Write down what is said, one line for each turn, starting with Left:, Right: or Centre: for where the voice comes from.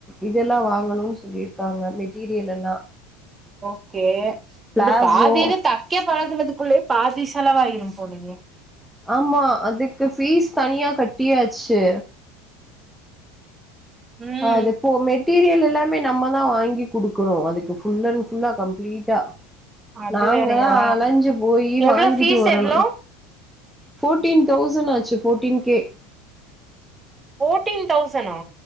Centre: இதெல்லா வாங்கணுனு சொல்லிருக்காங்க மெட்டீரியல் எல்லா
Right: ஓகே
Centre: பிளாசோ
Right: இது பாதில தைக்க பழகுறதுக்குள்ளேயே பாதி செலவாயிரும் போலயே
Centre: ஆமா அதுக்கு ஃபீஸ் தனியா கட்டியாச்சு
Right: ம்
Centre: அது இப்போ மெட்டீரியல் எல்லாமே நம்ம நா வாங்கி குடுக்கணு அதுக்கு ஃபுல் அண்ட் ஃபுல்லா கம்ப்ளீட்டா
Right: அது
Centre: நாங்கதா
Right: வேறயா
Centre: அலைஞ்சு போயி
Right: எவ்ளோ
Centre: வாங்கிட்டு
Right: ஃபீஸ்
Centre: வரணு
Right: எவ்ளோ
Centre: ஃபோர்டீன் தௌசண்ட் ஆச்சு ஃபோர்டீன் கே
Right: ஃபோர்டீன் தௌசனா